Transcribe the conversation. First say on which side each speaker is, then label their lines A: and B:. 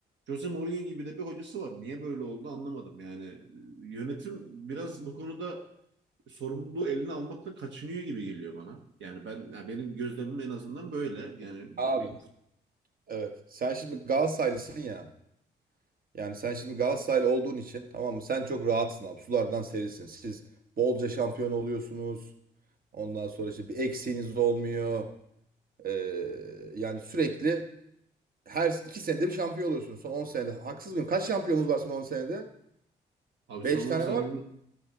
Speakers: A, on the right; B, on the right.
A: Jose Mourinho gibi de bir hocası var. Niye böyle oldu anlamadım yani. E, Yönetim biraz bu konuda sorumluluğu eline almaktan kaçınıyor gibi geliyor bana. Yani ben ya benim gözlemim en azından böyle. Yani bir,
B: Abi evet. Sen şimdi Galatasaraylısın ya. Yani sen şimdi Galatasaraylı olduğun için tamam mı? Sen çok rahatsın abi. Sulardan serisin. Siz bolca şampiyon oluyorsunuz. Ondan sonra işte bir eksiğiniz olmuyor. Ee, yani sürekli her iki senede bir şampiyon oluyorsunuz. Son 10 senede. Haksız mıyım? Kaç şampiyonunuz var son 10 senede?
A: abi
B: beş
A: son 10
B: tane
A: senenin
B: var.